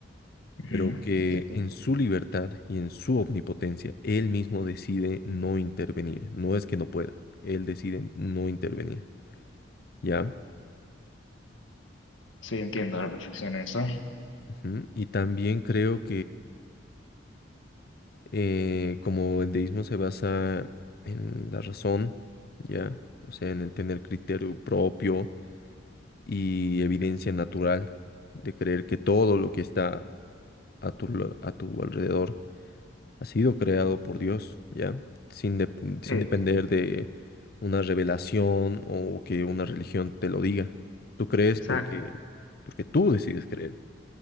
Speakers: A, on the left; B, on the left.
A: ujú,
B: pero que
A: entiendo.
B: en su libertad y en su omnipotencia, él mismo decide no intervenir. No es que no pueda, él decide no intervenir, ¿ya?
A: Sí, entiendo a la perfección eso.
B: Ujú. Y también creo Eh, como el deísmo se basa en la razón, ¿ya? O sea, en el tener criterio propio y evidencia natural de creer que todo lo que está a tu, lo- a tu alrededor ha sido creado por Dios, ¿ya? Sin, dep-
A: Sí,
B: sin depender de una revelación o que una religión te lo diga. Tú crees
A: exacto.
B: porque, porque tú decides creer.